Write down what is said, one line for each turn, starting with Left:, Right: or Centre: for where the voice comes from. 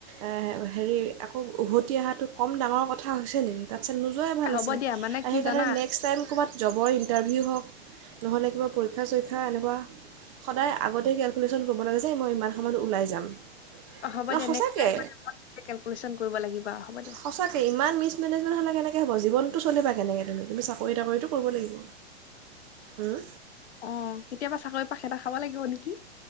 Right: এ, হেৰি আকৌ উভতি আহাটো কম ডাঙৰ কথা হৈছে নেকি? তাৰপিছত নোযোৱাই ভাল
Left: হ'ব
Right: আছিলে
Left: দিয়া মানে
Right: আৰু
Left: কি
Right: সেইকাৰণে
Left: জানা
Right: নেক্সট নেক্সট টাইম ক'ৰবাত জবৰ ইণ্টাৰভিউ হওক নহ'লে কিবা পৰীক্ষা-চৰীক্ষা এনেকুৱা, সদায় আগতে কেলকুলেশ্যন কৰিব লাগে যে মই ইমান সময়ত ওলাই যাম।
Left: অ হ'ব
Right: ন
Left: দিয়া
Right: সচাকে,
Left: নেক্সট টাইম কেলকুলেশ্যন কৰিব লাগিব হ'ব দিয়া
Right: সচাকে ইমান মিছ মেনেজমেণ্ট হ'লে কেনেকৈ হব জীৱনটো চলিবা কেনে তুমি? আমি চাকৰি-তাকৰিটো কৰিব লাগিব। উম,
Left: অ, কেতিয়াবা চাকৰি পা খেদা খাব লাগিব নেকি।